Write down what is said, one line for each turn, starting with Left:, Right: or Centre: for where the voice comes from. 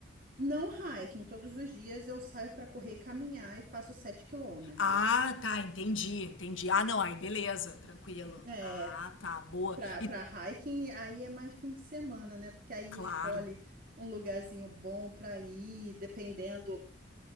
Right: Não hiking, todos os dias eu saio para correr e caminhar e faço 7 quilômetros.
Left: Ah, tá, entendi, entendi. Ah, não, aí beleza, tranquilo.
Right: É.
Left: Ah, tá, boa.
Right: Pra,
Left: E
Right: pra hiking, aí é mais fim de semana, né? Porque aí
Left: claro,
Right: escolhe um lugarzinho bom pra ir, dependendo